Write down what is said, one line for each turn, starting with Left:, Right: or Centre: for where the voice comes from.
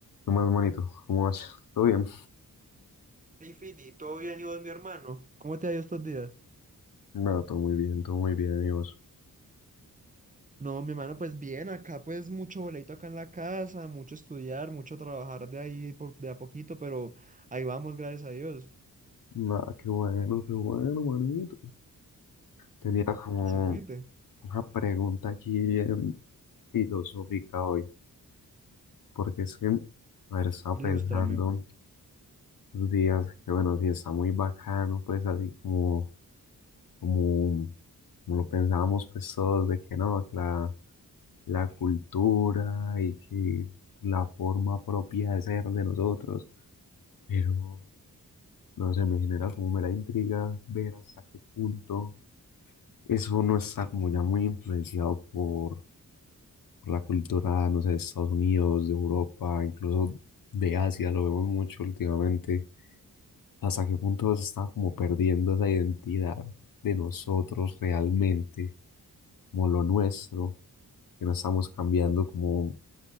Left: ¿Qué más, manito? ¿Cómo vas? ¿Todo bien?
Right: Hey, Fili, ¿todo bien y vos, mi hermano? ¿Cómo te ha ido estos días?
Left: Nada, todo muy bien, todo muy bien, amigos.
Right: No, mi hermano, pues bien, acá pues mucho boleto acá en la casa, mucho estudiar, mucho trabajar de ahí por, de a poquito, pero ahí vamos, gracias a Dios.
Left: Nada, qué bueno, qué bueno, manito. Tenía
Right: Mm,
Left: como
Right: Tú supiste,
Left: una pregunta aquí bien filosófica hoy, porque es que, a ver, estaba
Right: ilústrame.
Left: pensando los días que, bueno, sí está muy bacano, pues así como, como, como lo pensábamos, pues todos, de que no, que la, la cultura y que la forma propia de ser de nosotros. Pero No sé, me genera como mera intriga ver hasta qué punto eso no está como ya muy influenciado por, por la cultura, no sé, de Estados Unidos, de Europa, incluso de Asia, lo vemos mucho últimamente. Hasta qué punto se está como perdiendo esa identidad de nosotros realmente, como lo nuestro, que no estamos cambiando como,